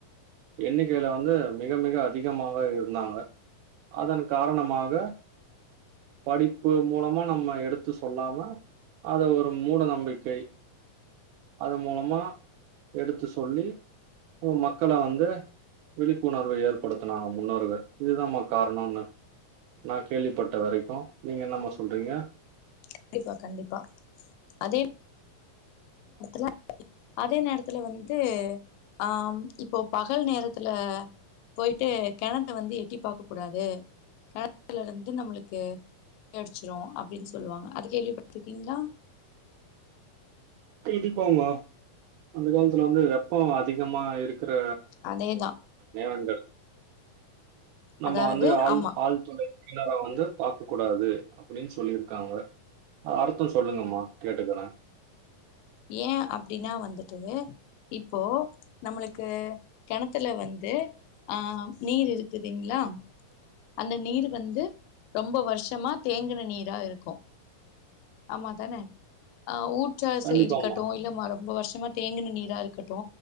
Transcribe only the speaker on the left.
கண்டிப்பா கண்டிப்பா அதே <inaudible> அதே நேரத்துல வந்து அ ம் இப்போ பகல் நேரத்துல போய்ட்டு கெணத்த வந்து எட்டி பாக்க கூடாது கெணத்துல இருந்து நம்மளுக்கு பேய் அடிச்சிரு அப்டின் சொல்லுவாங்க அது கேள்விப்பட்டுருக்கீங்களா
அதேதா
அதாவது
ஆமா
ஏ அப்டினா வந்துட்டு இப்போ நம்மளுக்கு கெணத்துல வந்து அ நீர் இருக்குதுங்களா அந்த நீரு வந்து ரொம்ப வருஷமா தேங்கின நீரா இருக்கு ஆமா தானே அ ஊ <unintelligible>
க்கட்டு இல்ல மா ரொம்ப வருஷமா தேங்குனு நீரா இருக்கட்டு